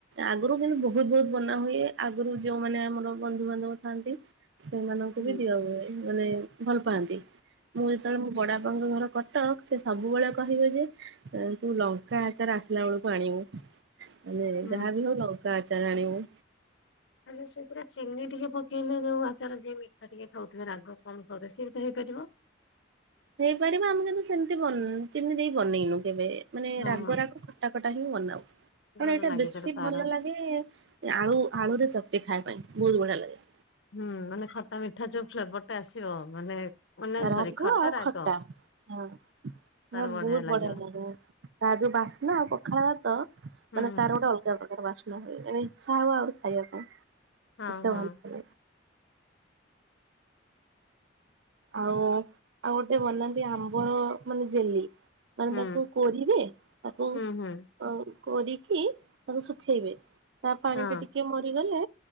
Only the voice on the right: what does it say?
ଆଗୁରୁ କିନ୍ତୁ ବହୁତ ବହୁତ ବନା ହୁଏ ଆଗରୁ ଯୋଉମାନେ ଆମର ବନ୍ଧୁବାନ୍ଧବ ଥାନ୍ତି ସେମାନଙ୍କୁ ବି
ଦିଆ ହୁଏ ମାନେ ଭଲ ପାଆନ୍ତି ମୁଁ ଯେତେବେଳେ ମୋ ବଡ ବାପାଙ୍କ ଘର କ ଟକ ସେ ସବୁବଳେ କହିବେ ଯେ ଏଁ ତୁ ଲଙ୍କା ଆଚାର ଆସିଲା ବଳକୁ ଆଣିବୁ। ମାନେ
ଯାହାବି ହଉ ଲଙ୍କା ଆଚାର ଆଣିବୁ।
ହେଇପାରିବ ଆମେ କିନ୍ତୁ ସେମତି ବନ୍ ଚିନି ଦେଇ ବନେଇନୁ କେବେ ମାନେ
ରାଗ
ରାଗ ଖଟା ଖଟା ହିଁ ବନାଉ କାରଣ
ଏଇଟା
ବେଶୀ
ଭଲ ଲାଗେ ଏ ଆଳୁ ଆଳୁରେ ଚକଟି ଖାଇବା ପାଇଁ ବହୁତ ବଢ଼ିଆ ଲାଗେ।
ରାଗ
ଆଉ
ଖଟା ହଁ
ମୋର
ବହୁତ
ବଢ଼ିଆ ଲାଗା। ତା ଯୋଉ ବାସ୍ନା ଆଉ ପଖାଳ ଭାତ ମାନେ
ତାର ଗୋଟେ ଅଲ ଗା ପ୍ରକାର ବାସ୍ନା ହୁଏ ଏଣେ ଇଚ୍ଛା ହବ ଆହୁରି ଖାଇବା ପାଇଁ।
ଏତେ
ଭଲ ଲାଗେ ଆଉ ଆଉ ଗୋଟେ ବନାନ୍ତି ଆମ୍ବର ମାନେ ଜେଲି। ମାନେ
ତାକୁ କୋରିବେ ତାକୁ
ଅଂ କୋରିକି ତାକୁ ଶୁଖେଇବେ। ତା ପାଣି
ଟା ଟିକେ ମରିଗଲେ